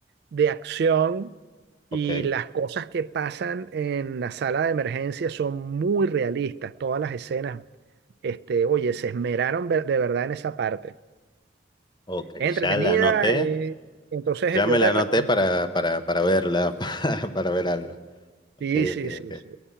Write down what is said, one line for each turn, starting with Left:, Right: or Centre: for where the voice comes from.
Right: de acción y
Left: ok,
Right: las cosas que pasan en la sala de emergencia son muy realistas. Todas las escenas, este, oye, se esmeraron ver- de verdad en esa parte.
Left: ok,
Right: Es
Left: ya
Right: entretenida,
Left: la anoté,
Right: eh, entonces
Left: ya
Right: yo
Left: me la
Right: te
Left: anoté
Right: recomiendo.
Left: para, para, para verla, <laughs> para, para ver algo. Ok,
Right: Sí, sí,
Left: ok,
Right: sí,
Left: ok.
Right: sí.